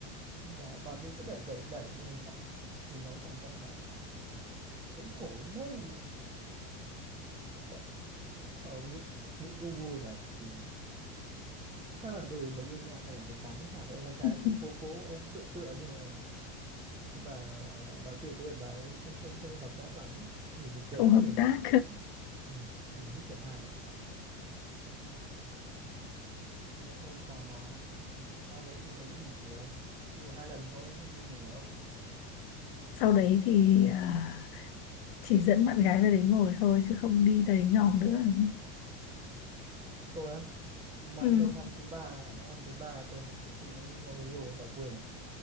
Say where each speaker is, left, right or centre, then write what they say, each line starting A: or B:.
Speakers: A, on the right (about 15°); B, on the left (about 60°).
A: xong bà bà kia cứ đẩy đẩy đẩy Xong mình bảo mình nói thằng cạnh bạn là, gãy cổ đến nơi <laughs> ờ, nghĩ nghĩ cũng vui thật ừ. chắc là đôi mới yêu nhau hay là mới tán tháng sau cái ông con trai
B: <laughs>
A: ông cũng cố cố ông tựa tựa nhưng mà cái bà ờ, bà kia có vẻ bà ấy không không không hợp tác lắm ấy. nhìn buồn cười
B: không
A: lắm
B: hợp
A: nhìn
B: tác
A: đúng ừ. nhìn như kiểu hài ấy. Thì đấy thôi cũng tò mò Nhưng mà sau đấy thì thấy cũng bình thường đi một hai lần thôi không đi nhiều
B: sau đấy thì à, chỉ dẫn bạn gái ra đấy ngồi thôi chứ không đi ra đấy nhòm nữa đúng không
A: tôi á mãi
B: Ừ.
A: đến năm thứ ba mãi năm thứ ba tôi mới mới có người yêu bà Quyền à